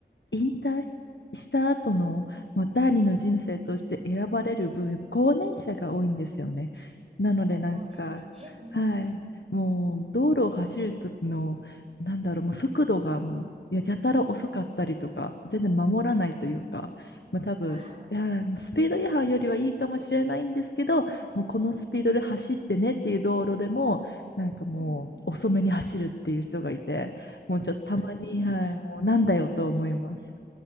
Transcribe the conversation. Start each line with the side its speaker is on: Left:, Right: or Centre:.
Left: 引退した後の、まあ、第二の人生として選ばれる分、
Right: うんうん。
Left: 高年者が多いんですよね。なので、
Right: あ、
Left: なんか、
Right: 高齢者ね。うんうん。
Left: はい、もう、道路を走る時の、なんだろう、もう速度がもう、いや、やたら遅かったりとか、全然守らないというか、まあ多分、
Right: ああ、
Left: すいや、もうスピード違反よりはいいかもしれないんですけど、もうこのスピードで走ってねっていう道路でも、なんかもう遅めに走るっていう人がいて、
Right: うん。
Left: もうちょっとたまに、
Right: あ、そうなんだ。
Left: はい、もうなんだよと思います。
Right: うん